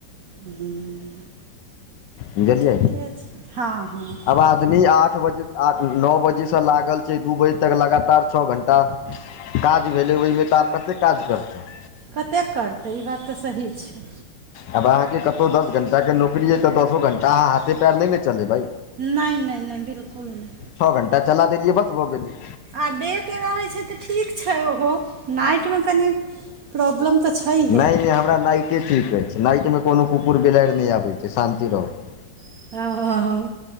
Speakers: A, on the right; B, on the left.
A: हं
B: बुझलियै
A: ठीके छै, हाँ हँ।
B: आब आदमी आठ बजे आठ नौ बजेस लागल छै दू बजे तक लगातार छऽ घण्टा। काज भेलै ओहि में तऽ आब कते काज करतै।
A: कतेक करतै ई बात तऽ सही छै।
B: आब अहाँके कतौ दस घंटा के नौकरी अइ तऽ दसो घंटा अहाँ हाथे पैर नै ने चलेबै।
A: नई नई नई बिल्कुल नई।
B: छऽ घण्टा चला देलियए बस भऽ गेलै।
A: आ डे के रहै छै तऽ ठीक छै ओहो नाइट में कनि प्रॉब्लम तऽ छैहे
B: नै नै हमरा नाइटे ठीक अइछ नाइट में कोनो कुकुर बिलैर नै आबै छै शान्ति रहू।
A: ओ